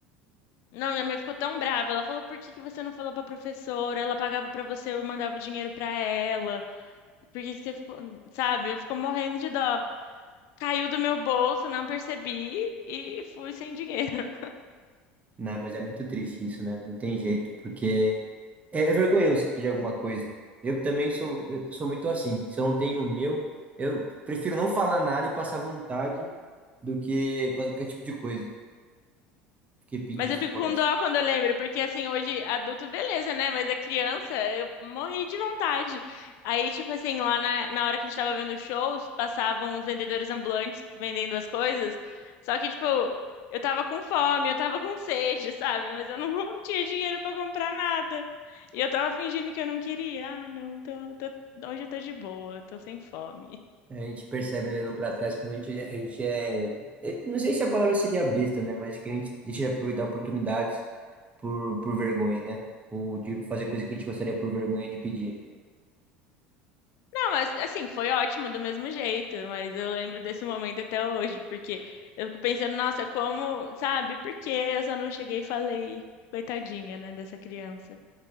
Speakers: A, on the left; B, on the right.
A: Não, minha mãe ficou tão brava. Ela falou: Por que que você não falou pra professora? Ela pagava pra você, eu mandava o dinheiro pra ela. Por que que você ficou, sabe? Eu fico morrendo de dó. Caiu do meu bolso, não percebi e fui sem dinheiro.
B: Não, mas é muito triste isso, né? Não tem jeito, porque É, é vergonhoso se pedir alguma coisa. Eu também sou, eu sou muito assim. Se eu não tenho o meu, eu prefiro não falar nada e passar vontade do que fazer qualquer tipo de coisa, do que pedir
A: Mas
B: e
A: eu
B: tudo
A: fico
B: mais.
A: com dó quando eu lembro, porque assim, hoje adulto, beleza, né? Mas a criança, eu morri de vontade. Aí, tipo assim, lá na, na hora que a gente tava vendo shows, passavam os vendedores ambulantes vendendo as coisas. Só que, tipo, eu tava com fome, eu tava com sede, sabe? Mas eu não, <laughs> não tinha dinheiro pra comprar nada. E eu tava fingindo que eu não queria. Ah, não, tô, tô- hoje eu tô de boa, tô sem fome.
B: É, A gente percebe olhando pra trás quando a gente, a gente é, é- Não sei se a palavra seria besta, né? Mas que a gente deixa de aproveitar oportunidades por, por vergonha, né? Ou de fazer coisa que a gente gostaria por vergonha de pedir.
A: Ah, mas assim, foi ótimo do mesmo jeito, mas eu lembro desse momento até hoje, porque eu fico pensando, nossa, como, sabe, por que eu só não cheguei e falei, coitadinha, né, dessa criança.